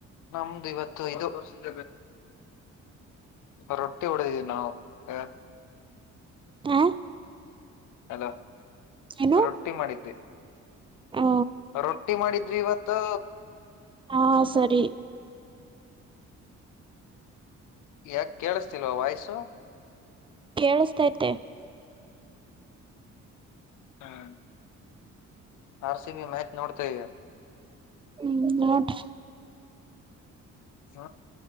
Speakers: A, on the left; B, on the right.
A: ನಮ್ದು ಇವತ್ತು <unintelligible> ಇದ ರೊಟ್ಟಿ ಹೊಡದೀವಿ ನಾವು ಹ
B: ಹ
A: ಹಲೋ
B: ಏನು
A: ರೊಟ್ಟಿ ಮಾಡಿದ್ದೆ.
B: ಹ
A: ರೊಟ್ಟಿ ಮಾಡಿದ್ವಿ ಇವತ್ತು
B: ಹಾ ಸರಿ
A: ಯಾಕ ಕೇಳಿಸ್ತಿಲ್ವಾ ವಾಯ್ಸು
B: ಕೇಳಿಸತೈತೆ
A: ಹ್ಞ ಆರ್ ಸಿ ಬಿ ಮ್ಯಾಚ್ ನೋಡ್ತವೆ.
B: ಹ್ಮ್ ನೋಡ ರೀ
A: ಹ